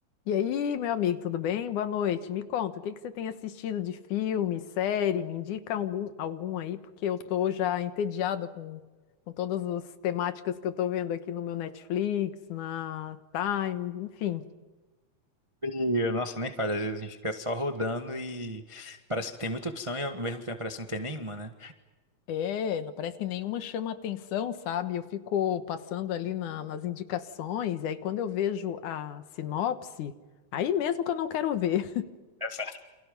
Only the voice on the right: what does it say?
E, nossa, nem faz. Às vezes a gente fica só rodando e parece que tem muita opção e ao mesmo tempo parece que não tem nenhuma, né?
Exato.